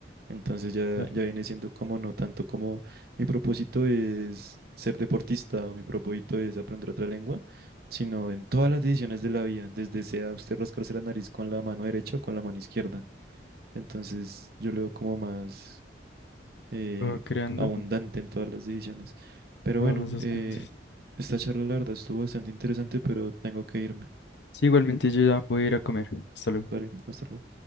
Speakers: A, on the right; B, on the left.
A: Entonces ya,
B: Claro,
A: ya viene siendo como no tanto como mi propósito es ser deportista o mi propósito es aprender otra lengua, sino en todas las decisiones de la vida, desde sea usted rascarse la nariz con la mano derecha o con la mano izquierda. Entonces yo lo veo como más eh,
B: lo creando
A: abundante en todas las decisiones. Pero
B: todos
A: bueno,
B: los aspectos.
A: eh, esta charla larga estuvo bastante interesante, pero tengo que irme.
B: Sí, igualmente yo ya voy a ir a comer. Hasta luego.
A: Vale, hasta luego.